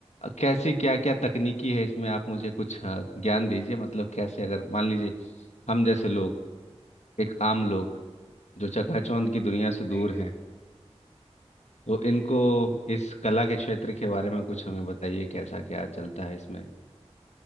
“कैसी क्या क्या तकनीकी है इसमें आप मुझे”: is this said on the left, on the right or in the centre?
Left